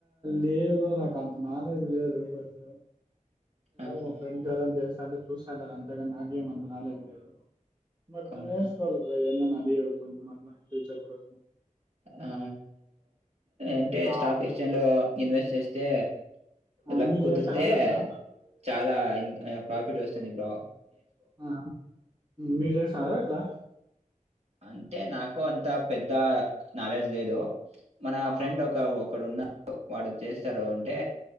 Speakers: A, on the right; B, on the right.
A: లేవు నాకాంత క్నోలెడ్జ్ లేదు బట్ ఇగ
B: ఆహాహా
A: మా ఫ్రెండ్స్ ఎవరానా చేస్తా అంటే చు చేస్తుంటారు అంతే గాని నాకేం అంత క్నోలెడ్జ్ లేదు మంచిగ
B: అవునా
A: నేర్చుకోవాలి బ్రో అంటే అది కొంచం అట్లా ఫ్యచర్ లో
B: ఆ అంటే
A: ఆ!
B: స్టాక్ ఎక్స్చేంజ్ లో ఇన్వెస్ట్ చేస్తే
A: ఆ,
B: లక్
A: మీరు
B: కుదిరితే
A: చేస్తన్నారా ఇట్లా?
B: చాలా ప్రాఫిట్ వస్తు చని బ్రా
A: ఆ మీరు చెసారా ఎట్లా
B: అంటే నాకు అంత పెద్ద నాలెడ్జ్ లేదు మన
A: ఆహా!
B: ఫ్రెండ్ ఒక ఒకడున్నడు వాడు చేస్తారు అంటే